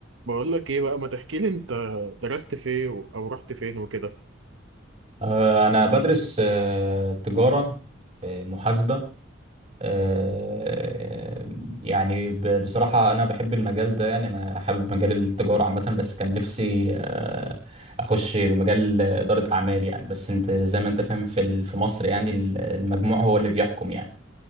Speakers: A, on the right; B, on the right.
A: بقول لك ايه بقى ما تحكي لي انت درست فين و- او رحت فين وكده
B: آه، أنا بدرس آه، تجارة في محاسبة آه، يعني ب- بصراحة أنا بحب المجال ده يعني أنا حابب مجال التجارة عامة بس كان نفسي آه، أخش مجال إدارة أعمال يعني بس أنت زي ما أنت فاهم في ال- في مصر يعني ال- المجموع هو اللي بيحكم يعني